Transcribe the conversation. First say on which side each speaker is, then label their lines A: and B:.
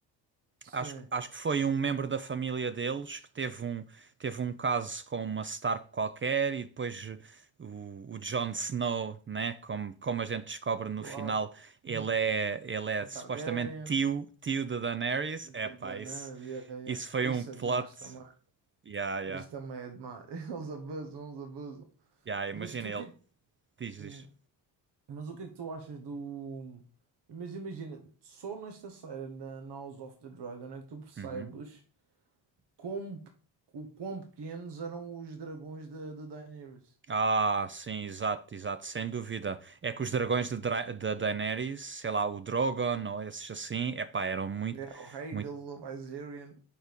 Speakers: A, on the right; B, on the right.
A: Sim,
B: Acho, acho que foi um membro da família deles que teve um, teve um caso com uma Stark qualquer e depois eh, o, o Jon Snow, né? Como, como a gente descobre no
A: claro.
B: final, ele
A: Uhum.
B: é, ele é
A: A
B: supostamente
A: Targaryen.
B: tio, tio de Daenerys.
A: Da-
B: Epá,
A: Daenerys,
B: isso,
A: yeah, yeah.
B: isso foi
A: Isso
B: um plot.
A: é demais também.
B: Yeah, yeah.
A: Isso também é demais. <laughs> Eles abusam, eles abusam.
B: Yeah, imagina
A: Mas tu o
B: ele.
A: que é que...
B: Diz,
A: hum,
B: diz.
A: Mas o que é que tu achas do... Mas imagina, só nesta série da House of the Dragon é que tu percebes
B: Uhum.
A: como, o quão pequenos eram os dragões da da Daenerys.
B: Ah, sim, exato, exato, sem dúvida. É que os dragões de, Dra- da Daenerys, sei lá, o Drogon ou esses assim, epá, eram muito.
A: É, o Rhaegal,
B: muito
A: o Viserion